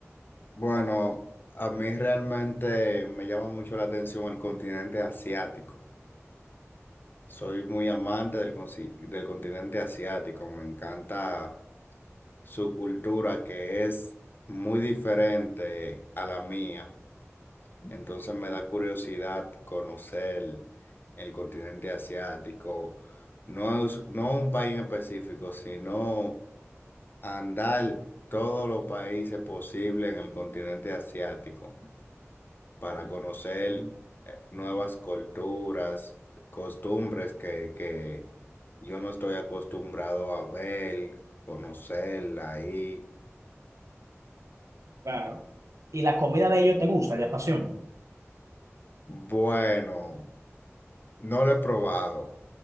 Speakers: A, on the left; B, on the right.
A: Bueno, a mí realmente me llama mucho la atención el continente asiático. Soy muy amante del, consi- del continente asiático. Me encanta su cultura que es muy diferente a la mía. Entonces me da curiosidad conocer el continente asiático. No es, no un país en específico, sino... andar todos los países posibles en el continente asiático para conocer eh, nuevas culturas, costumbres que, que yo no estoy acostumbrado a ver, conocerla ahí.
B: Claro. ¿Y la comida de ellos te gusta, te apasiona?
A: Bueno, no lo he probado.